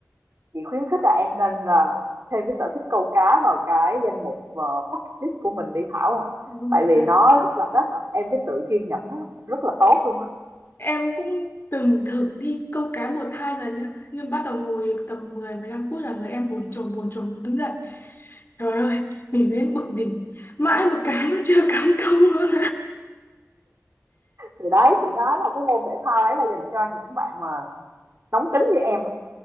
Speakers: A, on the right; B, on the left.
A: chị khuyến khích là em nên là thêm cái sở thích câu cá vào cái danh mục ờ, bucket list của mình đi Thảo à
B: Ừ.
A: tại vì
B: à,
A: nó rất là nó tập em cái sự kiên nhẫn á, rất là tốt luôn á
B: em cũng từng thử đi câu cá một hai lần nhá nhưng bắt đầu ngồi được tầm 10 15 phút là người em bồn chồn bồn chồn muốn đứng dậy trời ơi mình mới bực mình mãi một cái nó chưa cắm câu luôn
A: thì đấy chị nói là cái môn thể thao đấy là dành cho những bạn mà nóng tính như em á